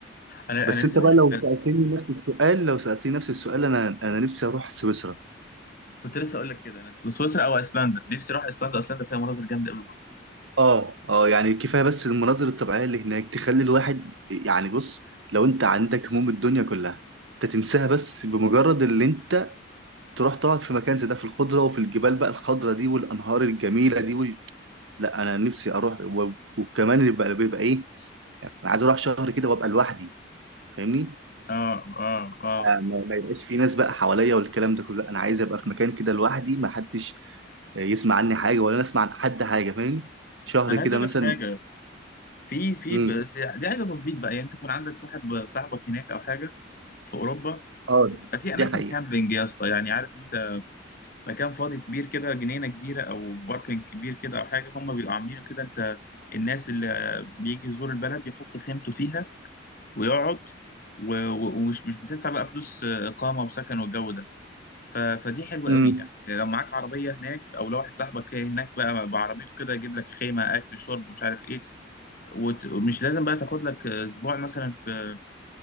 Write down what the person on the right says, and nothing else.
بس
انت بقى
لو سالتني نفس السؤال لو سالتني نفس السؤال انا انا نفسي اروح سويسرا
اه اه يعني كفايه بس المناظر الطبيعيه اللي هناك تخلي الواحد يعني بص لو انت عندك هموم الدنيا كلها انت تنساها بس بمجرد اللي انت تروح تقعد في مكان زي ده في الخضره وفي الجبال بقى الخضره دي والانهار الجميله دي لا انا نفسي اروح و- وكمان اللي بيبقى بيبقى ايه انا عايز اروح شهر كده وابقى لوحدي فاهمني
ما ما يبقاش في ناس بقى حواليا والكلام ده كله لا، انا عايز ابقى في مكان كده لوحدي ما حدش يسمع عني حاجه ولا انا اسمع عن حد حاجه فاهم شهر
كده
مثلا
امم
اه
دي حقيقه
امم